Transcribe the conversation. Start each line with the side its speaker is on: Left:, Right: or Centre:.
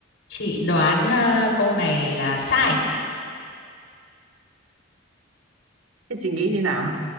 Left: chị đoán ờ, câu này là sai
Right: Thế chị nghĩ như nào?